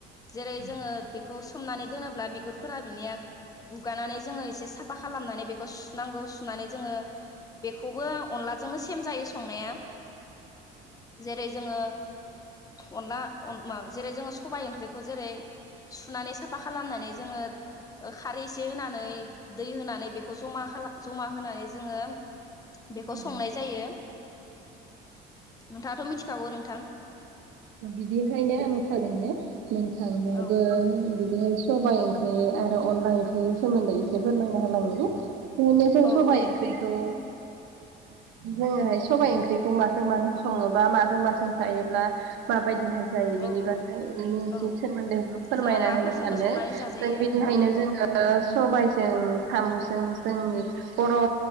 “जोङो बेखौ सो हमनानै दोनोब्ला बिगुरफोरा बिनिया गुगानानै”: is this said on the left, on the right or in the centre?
Left